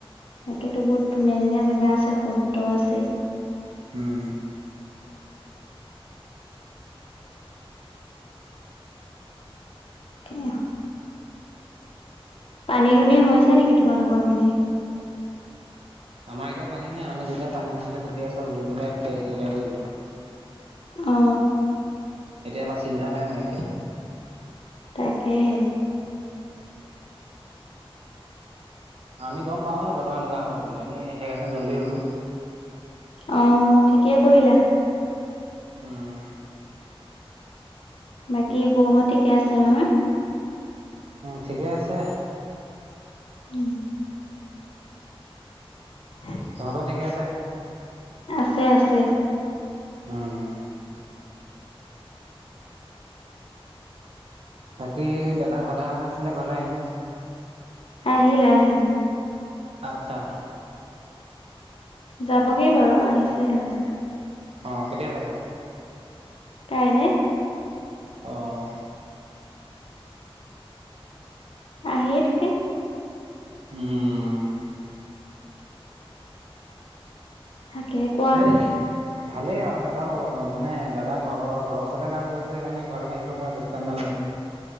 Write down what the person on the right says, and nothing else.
হম।
আমাৰ এতিয়া পানী নাই আমি যেতিয়া পানী হৈছিলে তেতিয়া চ'ব ঘুৰি পেলাই কৰিলো।
এতিয়া আমাৰ চিন্তা নাই মানে খেতি।
আমি গম পাওৱে বতৰ এনেকুৱা হ'ব বুলি আমি সেইকাৰণে জল্দি ৰুলো।
উম।
ঠিকে আছে।
তহো ঠিকে আছে?
উম। বাকী দাদা ঘৰলৈহ কথা আছিলে ঘৰলে আহিলে?
আচ্ছা।
অ কেতিয়া যাব?
অঁ'।
উম।
এ ভালেই আৰু। সহঁতৰ মানোদা ঘৰৰ ঘৰৰ ওচৰতে কাম কৰিছে সেইকাৰণে ঘৰলৈ আহিব পাৰে বস্তাৰ নালাগে।